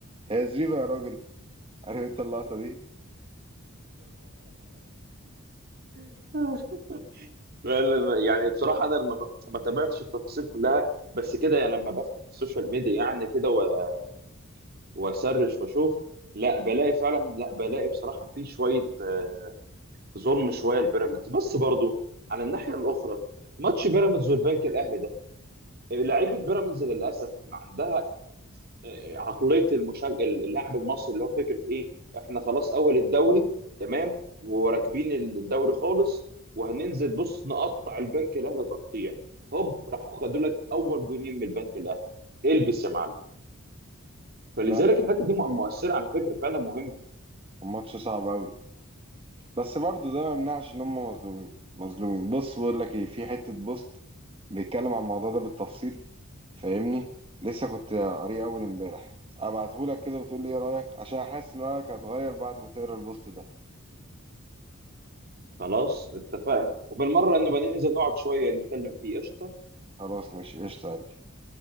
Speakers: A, on the right; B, on the right.
A: هي زريبة يا راجل <laughs> عارف انت اللقطة دي
B: <laughs> فعلا، يعني بصراحه انا لما ب... ما تابعتش التفاصيل كلها بس كده يعني لما بفتح السوشيال ميديا يعني كده و- واسرش واشوف لا بلاقي فعلا لا بلاقي بصراحه في شويه آه، ظلم شويه لبيراميدز بس برضو على الناحيه الاخرى ماتش بيراميدز والبنك الاهلي ده لعيبه بيراميدز للاسف ما عندها آه، عقليه المشج... اللاعب المصري اللي هو فكره ايه احنا خلاص اول الدوري تمام وراكبين الدوري خالص وهننزل بص نقطع البنك الاهلي تقطيع هوب راحوا خدوا لك اول جونين من البنك الاهلي البس يا معلم فلذلك
A: لا
B: الحته دي م-
A: كان
B: مؤثره على فكره فعلا مهم
A: كان ماتش صعب قوي بس برضو ده ما يمنعش ان هم مظلومين مظلومين بص بقول لك ايه في حتة بوست بيتكلم عن الموضوع ده بالتفصيل فاهمني لسه كنت قاريه اول امبارح ابعتهولك كده وتقول لي ايه رايك عشان حاسس ان رايك هتغير بعد ما تقرا البوست ده
B: خلاص اتفقنا وبالمره نبقى ننزل نقعد شويه نتكلم فيه قشطه
A: خلاص ماشي قشطة يا قلبي